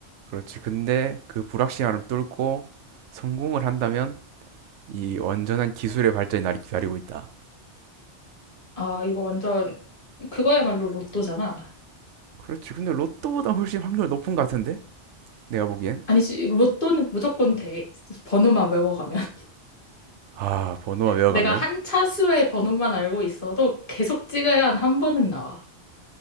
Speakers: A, on the right; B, on the left.
A: 그렇지. 근데 그 불확실함을 뚫고 성공을 한다면 이 완전한 기술의 발전이 나를 기다리고 있다.
B: 아, 이거 완전 그거야말로 로또잖아.
A: 그렇지. 근데 로또보다 훨씬 확률 높은 것 같은데? 내가 보기엔.
B: 아니지, 로또는 무조건 돼. 번호만 외워가면. <laughs>
A: 아, 번호가 외워가면.
B: 내가 한 차수의 번호만 알고 있어도 계속 찍어야 한 한 번은 나와.